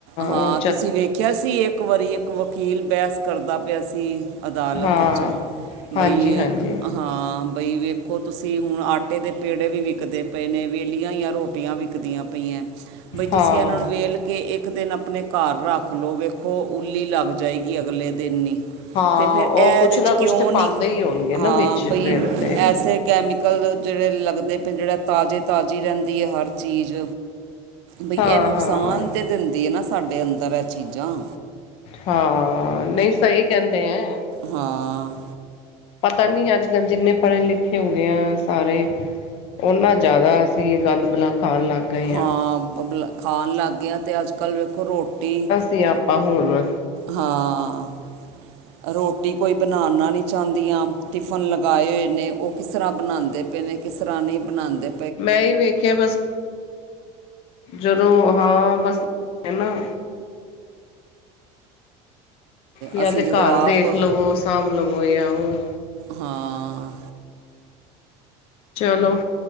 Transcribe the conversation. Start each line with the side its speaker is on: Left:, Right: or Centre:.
Right: ਹਾਂ
Left: ਓ
Right: ਤੁਸੀਂ ਵੇਖਿਆ ਸੀ ਇੱਕ ਵਾਰੀ ਇੱਕ ਵਕੀਲ ਬੈਸ ਕਰਦਾ ਪਿਆ ਸੀ। ਅਦਾਲਤ
Left: ਹਾਂ
Right: ਇਚ
Left: ਹਾਂਜੀ
Right: ਬਈ ਇਹ
Left: ਹਾਂਜੀ
Right: ਹਾਂ। ਬਈ ਵੇਖੋ ਤੁਸੀਂ ਹੁਣ ਆਟੇ ਦੇ ਪੇੜੇ ਵੀ ਵਿਕਦੇ ਪਏ ਨੇ ਵੇਲੀਆਂ ਓਈਆਂ ਰੋਟੀਆਂ ਵਿਕਦੀਆਂ ਪਈ ਪਈਐਂ ਬਈ ਤੁਸੀਂ
Left: ਹਾਂ
Right: ਏਨਾਂ ਨੂੰ ਵੇਲ ਕੇ ਇੱਕ ਦਿਨ ਆਪਣੇ ਘਰ ਰੱਖ ਲਓ ਵੇਖ ਵੇਖੋ ਉੱਲਲੀ ਲੱਗ ਜਾਏਗੀ ਅਗਲੇ ਦਿਨ ਹੀ।
Left: ਹਾਂ
Right: ਤੇ ਫੇਰ
Left: ਉਹ
Right: ਐਦੇ
Left: ਕੁਛ ਨਾ
Right: ਚ
Left: ਕੁਛ
Right: ਕਿਉਂ
Left: ਤੇ
Right: ਨੀ
Left: ਪਾਉਂਦੇ ਹੀ ਹੋਣਗੇ ਨਾ
Right: ਹਾਂ
Left: ਵਿੱਚ
Right: ਬਈ
Left: ਫਿਰ ਤੇ
Right: ਐਸੇ ਕੈਮੀਕਲ ਜੇੜੇ ਲੱਗਦੇ ਪਏ ਜੇੜਾ ਤਾਜ਼ੇ ਤਾਜ਼ੀ ਰੈਂਦੀ ਏ ਹਰ ਚੀਜ਼। ਬਈ
Left: ਹਾਂ
Right: ਏ ਨੁਕਸਾਨ
Left: ਹਾਂ
Right: ਤੇ ਦਿੰਦੀ ਏ ਨਾ ਸਾਡੇ ਅੰਦਰ ਏ ਚੀਜ਼ਾਂ।
Left: ਹਾਂ ਨਈ ਸ‌ਹੀ ਕੈਂਦੇ ਐਂ।
Right: ਹਾਂ।
Left: ਪਤਾ ਨੀ ਅੱਜ ਕੱਲ੍ਹ ਜਿੰਨੇ ਪੜ੍ਹੇ ਲਿਖੇ ਹੋ ਗੇ ਆਂ ਸਾਰੇ ਓਨਾ ਜਿਆਦਾ ਅਸੀਂ ਗੰਦ ਬਲਾ ਖਾਣ ਲੱਗ ਗਏ
Right: ਹਾਂ ਬਲਾ ਖਾਣ ਲੱਗ ਗੇ ਆਂ ਤੇ ਅੱਜ ਕੱਲ੍ਹ ਵੇਖੋ ਰੋਟੀ
Left: ਤੇ ਆਪਾ ਹੁਣ
Right: ਹਾਂ ਰੋਟੀ ਕੋਈ ਬਣਾਨਾ ਨੀ ਚਾਂਦੀਆਂ ਟਿਫਨ ਲਗਾਏ ਹੋਏ ਨੇ ਓ ਕਿਸ ਤਰ੍ਹਾਂ ਬਣਾਂਦੇ ਪਏ ਨੇ ਕਿਸ ਤਰ੍ਹਾਂ ਨਈ ਬਣਾਂਦੇ।
Left: ਮੈਂ ਏ ਈ ਵੇਖਿਆ ਬਸ ਜਦੋਂ ਹਾਂ ਬਸ ਐ ਨਾ ਯਾ
Right: ਅਸੀਂ
Left: ਤੇ
Right: ਜਦੋਂ
Left: ਘਰ
Right: ਆਪ
Left: ਦੇਖ ਲੋ ਸਾਂਭ ਲਵੋ ਯਾ ਓ।
Right: ਹਾਂ।
Left: ਚਲੋ